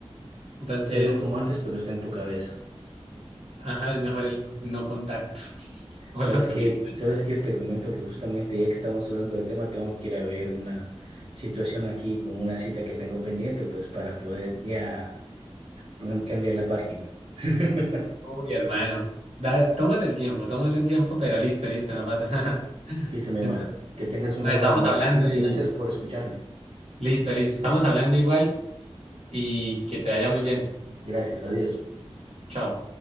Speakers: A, on the right; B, on the right.
A: entonces,
B: Ya no como antes, pero está en tu cabeza.
A: ajá, es mejor el no contacto. <laughs> O
B: ¿Sabes
A: es lo que
B: qué?
A: pienso yo.
B: ¿Sabes qué? Te comento que justamente ya que estamos hablando del tema, tengo que ir a ver una situación aquí con una cita que tengo pendiente, pues para poder ya mm, cambiar la página. <laughs>
A: Uy, hermano. Da, tómate el tiempo, tómate el tiempo, pero listo, listo, no pasa nada. <laughs>
B: Listo, mi hermano.
A: entonces
B: Que tengas una
A: Nos
B: buena
A: estamos
B: noche,
A: hablando
B: ¿sí? Gracias
A: y
B: por escucharme.
A: listo, listo. Estamos hablando igual y que te vaya muy bien.
B: Gracias, adiós.
A: Chao.